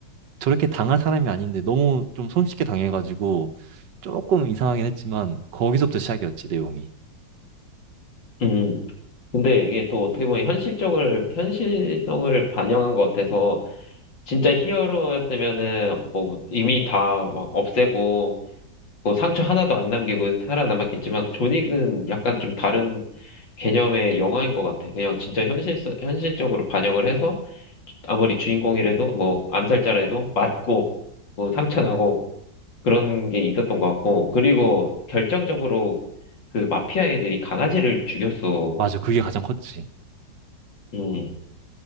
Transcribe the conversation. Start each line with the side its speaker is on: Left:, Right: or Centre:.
Right: 저렇게 당할 사람이 아닌데 너무 좀 손쉽게 당해가지고 조금 이상하긴 했지만 거기서부터 시작이었지 내용이
Left: 음. 근데 이게 또 어떻게 보면 현실적을, 현실성을 반영한 것 같아서, 진짜 히어로였으면은 뭐 이미 다 막 없애고 뭐 상처 하나도 안 남기고 살아남았겠지만 존윅은 약간 좀 다른 개념의 영화인 것 같아. 그냥 진짜 현실 현실적으로 반영을 해서 아무리 주인공이라도 뭐 암살자라도 맞고 뭐 상처 나고 그런 게 있었던 것 같고 그리고 결정적으로 그 마피아 애들이 강아지를 죽였어.
Right: 맞아 그게 가장 컸지
Left: 음